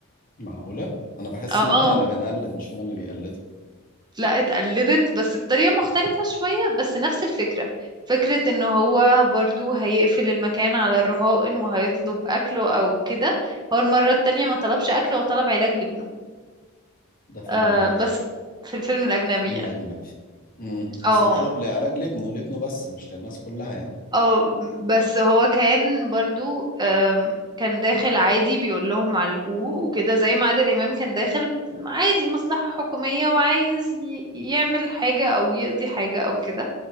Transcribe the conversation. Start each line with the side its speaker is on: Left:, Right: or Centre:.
Left: معقوله انا بحس
Right: اه
Left: ان احنا اللي بنقلد مش هما اللي بيقلدوا
Right: لا اتقلدت بس بطريقة مختلفة شوية بس نفس الفكرة فكرة ان هو برضو هيقفل المكان على الرهائن وهيطلب اكله او كده هو المرة التانية ما طلبش اكل هو طلب علاج لابنه
Left: ده في
Right: آه
Left: الفيلم
Right: بس في الفيلم الأجنبي
Left: الاجنبي
Right: يعني
Left: مم.
Right: اه
Left: بس ده طلب لعلاج لابنه لابنه بس مش للناس كلها يعني
Right: اه بس هو كان برضو آم، كان داخل عادي بيقول لهم عالجوه وكده زي ما عادل إمام كان داخل عادي مصلحة حكومية وعايز ي- يعمل حاجة أو يقضي حاجة أو كده